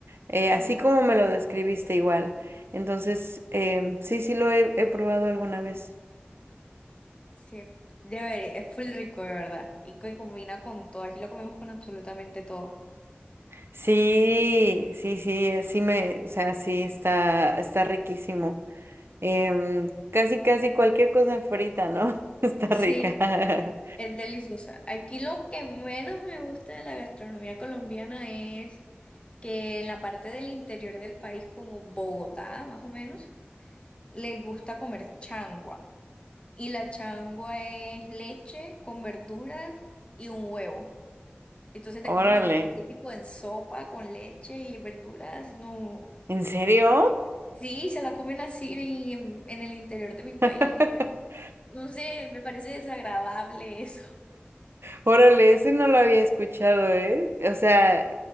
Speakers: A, on the right (about 70°); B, on the left (about 25°).
A: eh,
B: Sí,
A: así como me lo describiste igual. Entonces, em, sí, sí lo he, he probado alguna vez.
B: sí, es- debería, es full rico, de verdad. Y que combina con todo. Aquí lo comemos con absolutamente todo.
A: Sí, sí, sí, eh, sí me, o sea, sí está, está riquísimo. Em, casi, casi cualquier cosa frita, ¿no? <laughs> Está
B: Sí,
A: rica. <laughs>
B: es delicioso. Aquí lo que menos me gusta de la gastronomía colombiana es que en la parte del interior del país, como Bogotá, más o menos, les gusta comer changua. Y la changua es leche con verduras y un huevo. Entonces te
A: Órale,
B: comes el huevo así, tipo en sopa, con leche y verduras. No.
A: ¿en serio?
B: Sí, se la comen así y en, en el interior de mi país.
A: <laughs>
B: y bueno, no sé, me parece desagradable <laughs> eso.
A: Órale, ese no lo había escuchado, ¿eh? O sea,